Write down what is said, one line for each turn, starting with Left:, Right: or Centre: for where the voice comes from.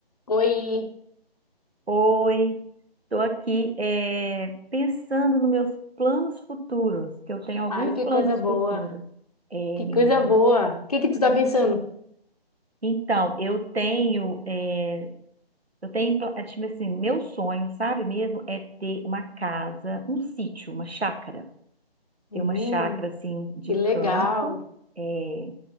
Left: Oi.
Right: Oi, estou aqui eh, pensando nos meus planos futuros, que eu tenho alguns
Left: Ai, que
Right: planos
Left: coisa boa.
Right: futuros, eh,
Left: Que
Right: menina.
Left: coisa boa. O que que tu tá pensando?
Right: Então, eu tenho, eh, eu tenho, pla- eh, tipo assim, meu sonho, sabe mesmo, é ter uma casa, um sítio, uma chácara.
Left: Hum,
Right: Ter uma chácara, assim, de
Left: que
Right: campo,
Left: legal.
Right: é,